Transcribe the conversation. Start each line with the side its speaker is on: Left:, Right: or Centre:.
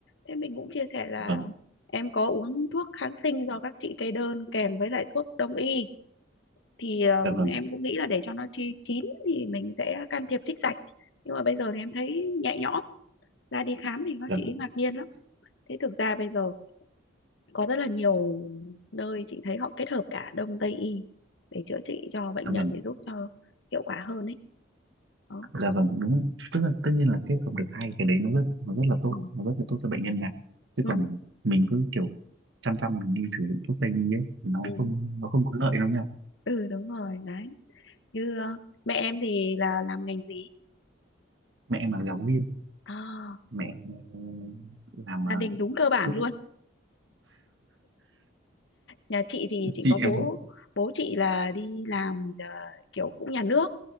Left: thế mình cũng chia sẻ
Right: dạ
Left: là
Right: vâng
Left: em có uống thuốc kháng sinh do các chị kê đơn kèm với lại thuốc đông y thì ờ,
Right: dạ vâng
Left: em cũng nghĩ là để cho nó chi chín thì mình sẽ can thiệp trích dạch nhưng mà bây giờ thì em thấy nhẹ nhõm ra đi khám thì các
Right: dạ,
Left: chị
Right: vâng,
Left: ấy ngạc nhiên lắm thế thực ra bây giờ có rất là nhiều nơi chị thấy họ kết hợp cả đông tây y để chữa trị cho bệnh
Right: dạ
Left: nhân
Right: vâng
Left: để giúp cho hiệu quả hơn ấy đó
Right: dạ vâng đúng tức là tất nhiên là kết hợp được hai cái đấy nó rất nó rất là tốt
Left: ừ
Right: nó rất là tốt cho bệnh nhân này chứ
Left: ừ
Right: còn mình cứ kiểu chăm chăm mình đi sử dụng thuốc tây y ấy thì nó
Left: ừ,
Right: không nó không có lợi đâu nha
Left: ừ đúng rồi đấy như ờ, mẹ em thì là làm ngành gì
Right: mẹ em là giáo viên
Left: à,
Right: mẹ em làm ờ,
Left: gia đình đúng cơ bản
Right: cứ
Left: luôn nhà chị thì chị
Right: chị
Left: có bố
Right: em
Left: bố chị là đi làm ờ, kiểu cũng nhà nước